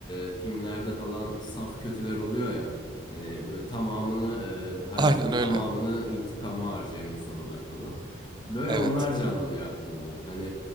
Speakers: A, on the left (about 25°); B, on the right (about 20°).
A: e, filmlerde falan saf kötüler oluyor ya. Hani böyle tamamını e, hayatının
B: Aynen öyle.
A: tamamını intikama harcayan insanlar falan. Böyle
B: Evet.
A: onlar canlanıyor aklımda. Hani